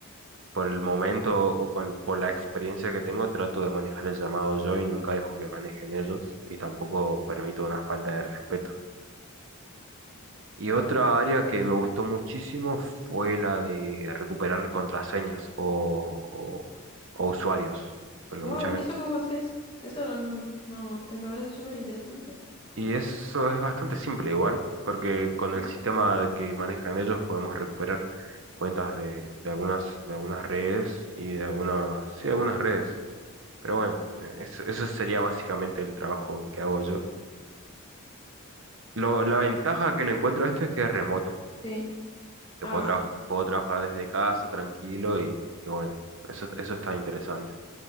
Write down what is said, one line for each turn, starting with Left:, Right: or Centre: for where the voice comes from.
Right: por el momento o con- por la experiencia que tengo, trato de manejar el llamado yo y nunca dejo que manejen ellos y tampoco permito una falta de respeto. Y
Left: Mira,
Right: otra área que
Left: qué bien.
Right: me gustó muchísimo fue la de recuperar contraseñas o, o- o usuarios, porque
Left: Wow,
Right: muchas
Left: ¿y
Right: veces
Left: eso cómo haces? Eso no, no, no, eh, me parece súper interesante.
Right: Y eso es bastante simple igual, porque con
Left: ¿Sí?
Right: el sistema que manejan ellos podemos recuperar cuentas de, de algunas, de algunas redes y de algunas, sí, algunas redes. Pero bueno, eh, eso, eso sería básicamente el trabajo que hago yo. Lo- la ventaja que le encuentro a esto es que es remoto,
Left: Sí.
Right: que
Left: Ah,
Right: puedo, traj- puedo trabajar desde casa tranquilo y, y bueno, eso, eso está interesante.